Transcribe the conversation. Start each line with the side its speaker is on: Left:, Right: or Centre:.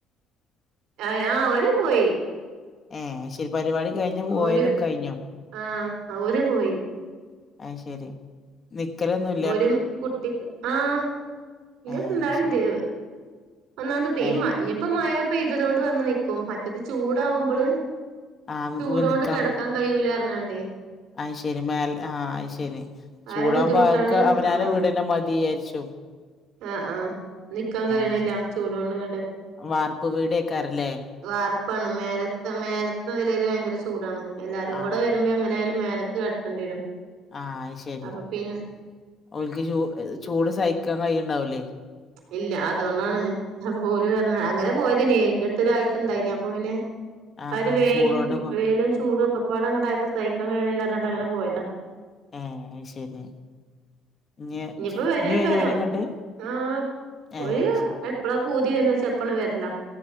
Right: ആഹ് ആഹ് ഓര് പോയി
Left: ഏയ് ശരി പരിപാടി കഴിഞ്ഞു പോയലും
Right: ഓര്
Left: കഴിഞ്ഞൊ
Right: ആഹ് ഓര് പോയി
Left: അത് ശരി നിക്കലൊ
Right: ഒരു കുട്ടിക്ക് ആഹ് ഇന്റട്ത്
Left: ഏഹ്
Right: ഇണ്ടാവാൽണ്ട്
Left: അത് ശരി
Right: ഏ ഒന്നാമത് ഇപ്പ ഈ
Left: ഏഹ്
Right: മഴ ഇഞ്ഞിപ്പ മഴ പെയ്തത് കൊണ്ട് വന്നതായിരിക്കും മറ്റേത് ചൂടാവുമ്പോൾ
Left: ആഹ്
Right: ചൂടൊണ്ട്
Left: നിക്കാം
Right: കെടക്കാൻ കയ്യൂലർഞ്ഞാണ്ടേ
Left: അത് ശരി മേലെ ആഹ് അത് ശരി ചൂടാകുമ്പോ
Right: ആരെ ബുദ്ധിമുട്ടാണ്ട്
Left: അവർക്ക് അവരവരുടെ
Right: ആഹ്
Left: വീട് തന്നെ മതിയരിച്ചു
Right: ആഹ് ആഹ് നിക്കാൻ കയ്യ്ണ്ല്ല
Left: അത് ശരി
Right: ചൂടുകൊണ്ട് ഇങ്ങട്ട്
Left: വാർപ്പ് വീടേക്കാരല്ലേ
Right: വാറപ്പാണ് മേലത്തെ മേലത്തെ നിലയിൽ ഭയങ്കര ചൂടാണ് എല്ലാരും
Left: ആഹ്
Right: കൂടെ വരുമ്പോ എങ്ങനെയാലും മേലക്കെ കിടക്കേണ്ടി വരും
Left: ആഹ് അത് ശരി
Right: അപ്പൊ പിന്നെ
Left: ഒല്ക്ക് ചൂ ചൂട് സഹിക്കാൻ കയ്യ്ണ്ടാവൂലെയ്
Right: ഇല്ല അതൊണ്ടാണ് ഓര് പറഞ്ഞ് അങ്ങനെ പോയതന്നേനി ഇന്റെ അടുത്തൊരുരാഴ്ച ഇണ്ടായിനി അപ്പൊ പിന്നെ
Left: ആഹ്
Right: ആ ഒരു
Left: ആഹ്
Right: വയില്
Left: ചൂടോണ്ട് പോ
Right: വേയിലും ചൂടും ഒക്കെ ഒക്കപ്പാടെ ഇങ്ങോട്ടായപ്പോ സഹിക്കാൻ കഴിയ്യിണില്ല പറഞ്ഞാണ്ട് അങ്ങനെ പോയതാ
Left: ആഹ് അത് ശരി ഇഞ്ഞ്
Right: ഇപ്പോ വെരി
Left: ഇഞ്ഞ്
Right: അക്കാരം
Left: വരോ ഓല് ഇങ്ങട്ട്
Right: ആഹ്
Left: ഏഹ്
Right: ഒരു
Left: അത് ശരി
Right: എപ്പളാ പൂതി വരുന്ന അപ്പം അങ്ങട് വരണം